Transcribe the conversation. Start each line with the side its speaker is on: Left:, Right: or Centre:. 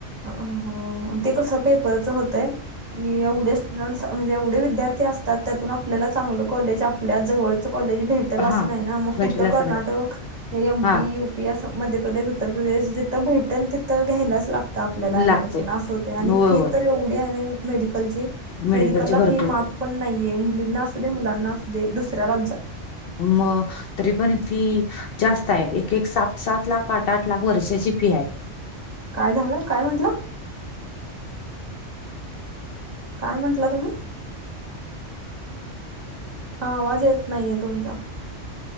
Right: हो ते कसं पेपरचं होतंय कि एवढे स्टुडंट्स म्हणजे एवढे विद्यार्थी असतात त्यातून आपल्याला चांगलं कॉलेज आप ल्या जवळच कॉलेज भेटंल
Left: हा
Right: असं नाही ना मग
Left: भेटला
Right: कुठं
Left: असं
Right: कर्नाटक
Left: नाही
Right: हे एम.
Left: हा
Right: पी यू. पी अस मध्य प्रदेश उत्तर प्रदेश जिथं भेटल तिथं घ्यायलाच लागत. तर आपल्याला ॲडमिशन
Left: लागतोय
Right: असं होतय आणि
Left: होय
Right: फी
Left: होय
Right: तर एवढी आहे ना ही मेडिकलची.
Left: मेडिकलची
Right: मेडिकलला
Left: भरपूर
Right: फी माफ पण नाहीये मुलींना असू दे मुलांना असू दे दुसऱ्या राज्यात.
Left: मगं तरीपण फी जास्त हाय एक एक सात सात लाख आठ आठ लाख वर्षाची फी हाय
Right: काय झालं काय म्हंटला? काय म्हंटला तुम्ही? आवाज येत नाहीये तुमचा.